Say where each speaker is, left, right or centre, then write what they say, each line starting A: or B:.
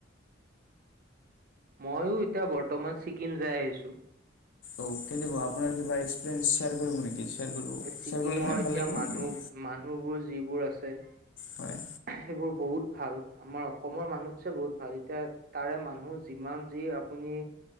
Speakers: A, on the right; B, on the left.
A: মইও এতিয়া বৰ্তমান ছিকিম যাই আহিছোঁ।
B: অ', ‌কেনেকুৱা‌ আপোনাৰ কিবা এক্সপিৰিয়েঞ্চ শ্বিয়াৰ কৰিব নেকি? শ্বেয়াৰ কৰিব,
A: ছিকিমৰ
B: শ্বিয়াৰ কৰি মে
A: এতিয়া
B: ভাল লাগিব।
A: মানুহ মানুহবোৰ যিবোৰ আছে।
B: হয়।
A: সেইবোৰ বহুত ভাল। আমাৰ অসমৰ মানুহতছে বহুত ভাল, এতিয়া তাৰে মানুহ যিমান যি আপুনি